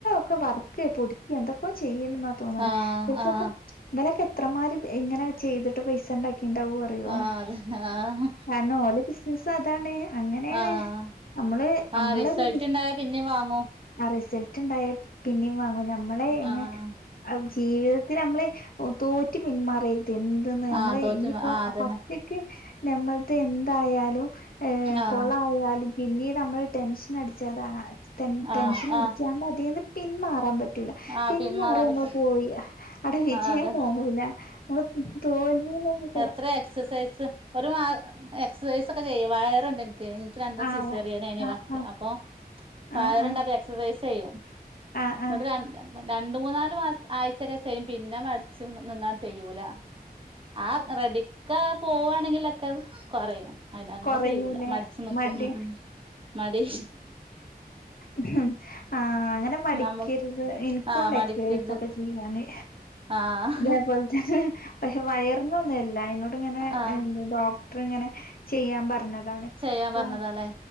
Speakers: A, on the left; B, on the right.
A: വർക്കുവോ, പൊടിക്കുവോഎന്തൊക്കെയോ ചെയ്യണ്ടെന്നാ തോന്നണേ
B: ആഹ്
A: ഇപ്പപ്പം
B: ആഹ്
A: ഇവരൊക്കെ എത്രമാതിരിയിങ്ങനെ ചെയ്തിട്ടുപൈസാ ഉണ്ടാക്കിയിട്ടുണ്ടാവുക അറിയോ,
B: ആഹ് അതന്നെ ആഹ്
A: കാരണം ഓല ബിസിനസതാണ് അങ്ങനെയാണ്
B: ആഹ്
A: നമ്മളെ നമ്മളത്
B: ആഹ് റിസൾട്ട്
A: ബി
B: ഇണ്ടായ പിന്നിം വാങ്ങും
A: ആ റിസൾട്ടുണ്ടായ പിന്നെയും വാങ്ങും. ഞമ്മളെ എങ്ങനെ
B: ആഹ്
A: ജീവിതത്തിൽ നമ്മളെ തോറ്റുപിന്മാറരുത് എന്തെന്ന് നമ്മള്
B: ആഹ് തോറ്റും
A: ഇതിപ്പോ
B: ആഹ് അതന്നെ
A: പച്ചക്ക് നമ്മൾതേ എന്തായാലും ഏഹ്
B: ആഹ്
A: കൊളായാലും പിന്നീടുനമ്മൾ ടെൻഷനടിച്ചവരാ ടെൻ ടെൻഷനടിച്ചാണ്ടതീ
B: ആഹ് ആഹ്
A: ന്ന് പിന്മാറാൻ പ റ്റൂല്ല.
B: ആഹ്
A: പിന്നെ
B: പിന്മാറാൻ
A: മാറി നമ്മള്
B: പറ്റും
A: പോയി അടെ വിജയം
B: ആഹ് അതന്നെ
A: കാണൂല്ല. നമ്മള് തോൽവിയലങ്ങ്
B: എത്രേ എക്സസൈസ് ഒരു മാ എക്സസൈസ് ഒക്കെ ചെയ്യൊ വയറ്ണ്ട് ഇൻ കെയ്‌ന്ട്ട് രണ്ടും
A: ആഹ്
B: സിസേറിയനേനി.
A: ആഹ് ആഹ്
B: അപ്പം വയറ്ണ്ട്
A: ആഹ് ആഹ്
B: അപ്പം എക്സസൈസെയ്യും.
A: ആഹ്
B: ഇന്നട്ട്
A: ആഹ്
B: രണ്ട് രണ്ട് മൂന്നാല് മാസം ആയ്ച്ചൊക്കെ ചെയ്യും പിന്നെ മട്ച്ചും നിന്നാ ചെയ്യൂല. ആഹ് റെഡിക്കാ പോവാണെങ്കിലൊക്കെ കൊറയും. അയിനങ്ങനെ
A: കൊറയൂലേ
B: ചെയ്യൂല മടിച്ച് നിക്കും
A: മടി
B: ഉം ഉം മടി
A: ഉം ആഹ് അങ്ങനെ മടിക്കരുത്
B: നമ്മ
A: ഇൻക്കുണ്ട്
B: ആഹ് മടിക്കരുത്
A: എക്സസൈസ് ഒക്കെ ചെയ്യാന്
B: ആഹ്
A: ഇതേപോലെ തന്നെ പക്ഷെ വയറിന്നൊന്നല്ല എന്നോട് ഇങ്ങനെ
B: ആഹ്
A: ഡോക് ടർ ഇങ്ങനെ ചെയ്യാൻ പറഞ്ഞതാണ്
B: ചെയ്യാൻ
A: അപ്പം
B: പറഞ്ഞതാല്ലേ